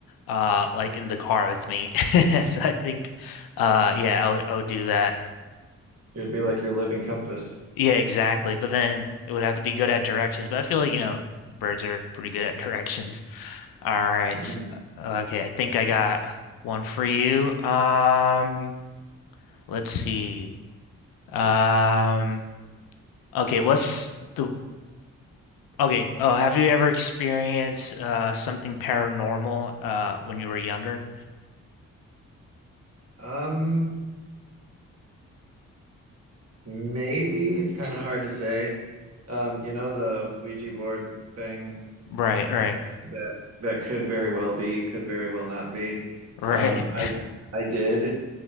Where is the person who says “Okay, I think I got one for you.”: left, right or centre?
Left